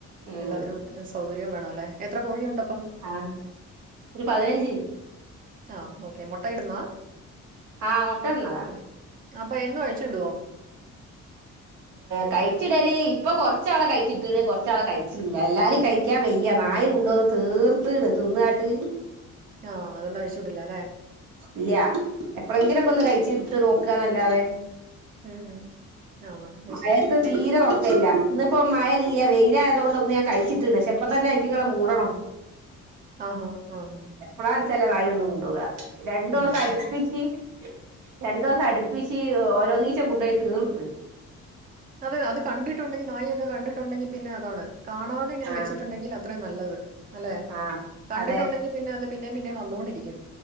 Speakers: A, on the right; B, on the right.
A: ഉം
B: എല്ലാത്തിനും സ സൗകര്യം വേണം അല്ലെ. എത്ര കോഴിയുണ്ട് അപ്പം.
A: ആ ഒരു പതിനഞ്ച്.
B: ആ. ഓക്കെ മുട്ട ഇടുന്നാ
A: ആ മുട്ട ഇടുന്നതാണ്
B: അപ്പൊ എന്നും അഴിച്ച്വിട്വോ.
A: കഴിച്ചിടല് ഇപ്പം കൊറച്ചാളെ കഴിച്ചിട്ടാണ് കൊറച്ചാളെ കഴിച്ചല്ല എല്ലാരും കഴിച്ച വിക്കാ വയ്യ. നായ കൊണ്ടോന്ന് തീർത്തണ് തിന്നാട്ട്.
B: ആഹ് അതൊണ്ട്അഴിച്ചു വിടില്ല അല്ലെ.
A: ഇല്ല എപ്പഴെങ്കിലുംക്കെ ഒന്ന് കഴിച്ച ഇട്ട് നോക്കന്നല്ലാതെ.
B: ഉം ഉം ആ അത്
A: മഴത്ത്
B: ശരി പിന്നെ
A: തീരെ നോക്കയില്ല. ഇന്ന ഇപ്പം മഴല്ല വെയിലായ്ത കൊ ഒന്ന് ഞാൻ കഴിച്ചിട്ടിണ്ട് പക്ഷെപ്പ തന്നെ ആയിത്തങ്ങള മൂടണം.
B: ആഹാ ആഹ് ആഹ്
A: എപ്പഴാ വെച്ചാല നായി ഒന്നും കൊണ്ടുപോക. രണ്ടു
B: ഉം
A: ദിവസം അടുപ്പിച്ച് രണ്ടു ദിവസം അടുപ്പിച്ച് ഓരോ നീച്ചം കൊണ്ടുപോയി തീർത്ത്
B: അതെ അത് കണ്ടിട്ടുണ്ടെങ്കിൽ നായി ഒക്ക കണ്ടിട്ടുണ്ടെങ്കിൽ പിന്നെ അതാണ്. കാണാതെ ഇങ്ങെ
A: ആ
B: വെച്ചിട്ടുണ്ടെങ്കിൽ അത് അത്രയും നല്ലത് അല്ലെ.
A: ആഹ്
B: കണ്ടിട്ടുണ്ടെങ്കിൽ
A: അതെ
B: പിന്നെ അത് പിന്നെ പിന്നെ വന്നോണ്ടിരിക്കും.